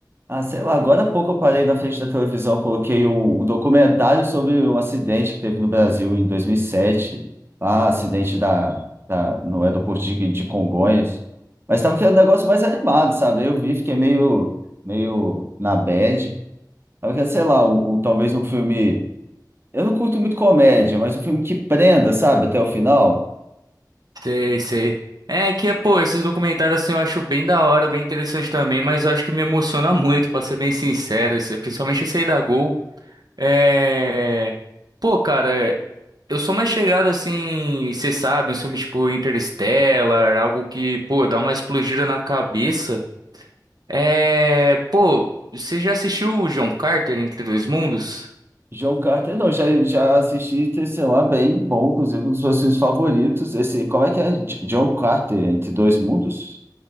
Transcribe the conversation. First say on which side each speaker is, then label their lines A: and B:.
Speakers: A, on the right (about 35°); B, on the right (about 65°).
A: Ah, sei lá, agora há pouco eu parei na frente da televisão, coloquei um, um documentário sobre um acidente que teve no Brasil em 2007. Ah, acidente da, da, no aeroporto de, de Congonhas. Mas tava querendo um negócio mais animado, sabe? Aí Eu vi, fiquei meio, meio na bad. Tava querendo, sei lá, um, um- talvez um filme... Eu não curto muito comédia, mas um filme que prenda, sabe, até o final.
B: Sei, sei. É que, pô, esses documentários assim eu acho bem da hora, bem interessante também, mas eu acho que me emociona <laughs> muito, pra ser bem sincero, esse- principalmente esse aí da Gol. É... Pô, cara, eu sou mais chegado assim, você sabe, uns filmes tipo Interstellar, algo que, pô, dá uma explodida na cabeça. É... Pô, você já assistiu o John Carter Entre Dois Mundos?
A: John Carter, não, já, já assisti, tem, sei lá, bem bom, inclusive um dos meus filmes favoritos. Esse, como é que é? J- John Carter, Entre Dois Mundos?